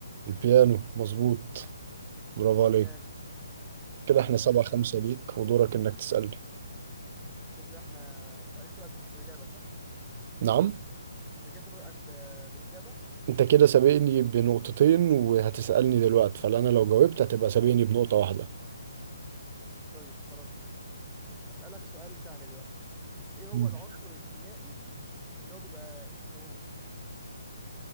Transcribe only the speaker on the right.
البيانو مظبوط برافو عليك
كده احنا
سبعة خمسة ليك ودورك إنك تسألني
نعم
انت كده سابقني بنقطتين وهتسألني دلوقتي فانا لو جاوبت هتبقى سابقني بنقطة واحدة
مم.